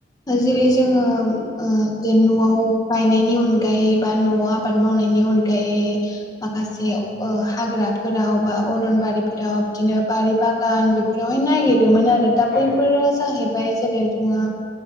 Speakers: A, on the left; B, on the left.
A: जेरै
B: नंगौ
A: <unintelligible> न'आव गायनायनि अनगायै बा न'आव आबाद मावनायनि अनगायै माखासे
B: नंगौ
A: ओ हाग्रा <unintelligible> बा अरनबारिफोराव बिदिनो बारि बागान बेफोरावहाय नागिरोमोन आरो। दा
B: थारैनो
A: बैफोर जाहैबाय जेरै जोङो